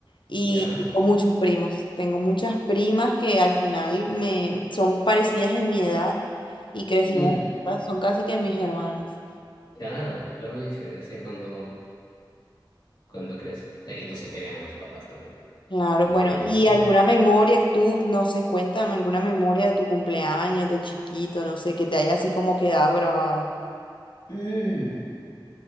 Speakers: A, on the left (about 75°); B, on the left (about 60°).
A: y
B: ¿Ya?
A: tengo muchos primos. Tengo muchas primas que al final me son parecidas en mi edad y crecimos
B: Mm,
A: juntas, son casi que mis hermanas.
B: claro, claro, no hay diferencia cuando, cuando creces. Que ahí no se pelean los papás también,
A: Claro,
B: entre
A: bueno,
B: ellos,
A: ¿y
B: ¿no?
A: alguna memoria tú, no sé, cuéntame alguna memoria de tu cumpleaños, de chiquito, no sé, que te haya así como quedado grabado?
B: Mm,